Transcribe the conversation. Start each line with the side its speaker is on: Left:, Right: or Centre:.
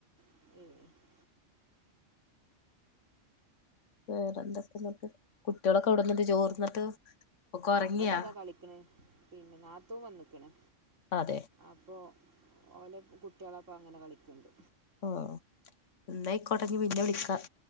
Right: <unintelligible>
Left: വേറെന്തൊക്കെ ന്നിട്ട് കുട്ടികളൊക്കെ എവിടുന്ന് ചോറിന്നിട്ട് ഒക്കെ ഉറങ്ങിയാ.
Right: അവിടെ <unintelligible> പിന്നെ നാത്തൂൻ വന്നിക്ക്ണ്.
Left: <inaudible>
Right: അപ്പോ ഓലെ കുട്ട്യോൾ അപ്പോ അങ്ങനെ കളിക്ക്ണ്ട്.
Left: <unintelligible> ന്നാ ആയ്കോട്ടെ ഇഞ് പിന്നെ വിളികാ.